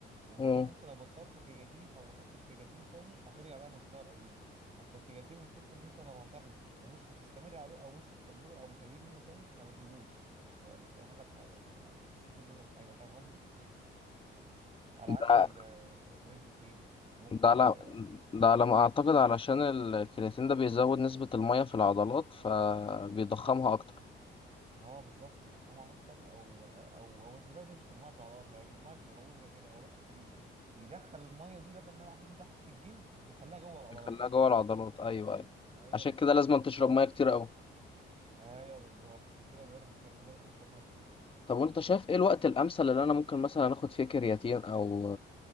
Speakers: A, on the right; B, on the left.
A: والمشكله
B: امم
A: ان انت لو بطلت كرياتين او ما خدتش كرياتين تاني هترجع بقى لمستوى القديم فانت الكرياتين مشكلته ان انت لو هتاخده ومش هتستمر عليه او مش هتكمله او مش هتجيب منه تاني فما تجيبوش مش مش هيعمل لك حاجه مش مش هتستفيد منه بحاجه فاهم قصدي على
B: ده
A: عكس ال- الواي بروتين يعني ممكن
B: ده
A: تاخده
B: على
A: في اي وقت
B: ده على ما اعتقد علشان الكرياتين ده بيزود نسبة المية في العضلات فبيضخمها اكتر
A: اه بالظبط بيضخمها اكتر او او هو مش بيزود نسبه الميه في العضلات يعني الميه بتبقى موجوده كده كده هو بس بي بيدخل الميه دي بدل ما هي محبوسه تحت الجلد بيخليها جوه العضلات
B: بيخليها جوه العضلات ايوه ايوه
A: ايوه
B: عشان
A: بالظبط
B: كده لازم
A: فالحوار
B: تشرب مية كتير قوي
A: ايوه بالظبط عشان كده بيقول لك في الكرياتين لازم تشرب ميه كتير
B: طب وانت شايف ايه الوقت الامثل اللي انا ممكن مثلا اخد فيه كرياتين او